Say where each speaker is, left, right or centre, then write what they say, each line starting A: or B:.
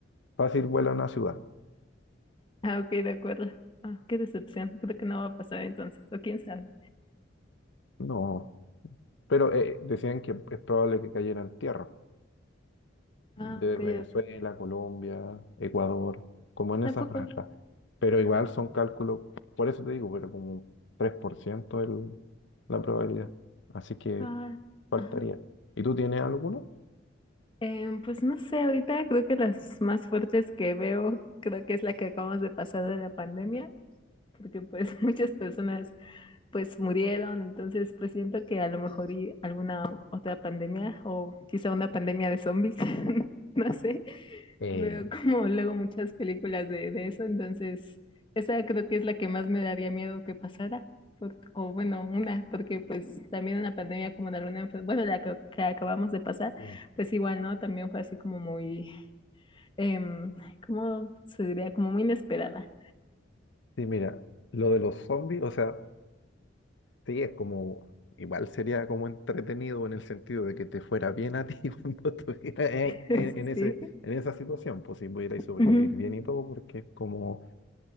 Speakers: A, on the left (about 65°); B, on the left (about 25°).
A: fácil vuela una ciudad.
B: Ah, ok, de acuerdo. Ah, qué decepción. Creo que no va a pasar entonces, o quién sabe.
A: No, pero eh, decían que es probable que cayera en tierra, de
B: Ah, ok,
A: Venezuela,
B: ok.
A: Colombia, Ecuador, como en esa
B: Tampoco.
A: franja. Pero igual son cálculos, por eso te digo, pero como tres por ciento el, la probabilidad. Así que
B: Ah,
A: faltaría.
B: ajá.
A: ¿Y tú tienes alguno?
B: Em, pues no sé, ahorita creo que las más fuertes que veo, creo que es la que acabamos de pasar de la pandemia, porque pues <laughs> muchas personas pues murieron, entonces pues siento que a lo mejor y alguna otra pandemia o quizá una pandemia de zombies, <laughs> no sé,
A: Eh,
B: Veo <laughs> como luego muchas películas de, de eso, entonces esa creo que es la que más me daría miedo que pasara, por- o bueno, una, porque pues también una pandemia como de alguna enfermedad, bueno, la que, que acabamos de pasar,
A: Mm.
B: pues igual, ¿no? También fue así como muy, em, ¿cómo se diría? Como muy inesperada.
A: Sí, mira, lo de los zombies, o sea, sí, es como, igual sería como entretenido en el sentido de que te fuera bien a ti <laughs> cuando estuvieras eh,
B: <laughs>
A: en, en ese,
B: Sí.
A: en esa situación, pues si pudierais sobrevivir
B: Ujú.
A: bien y todo, porque es como,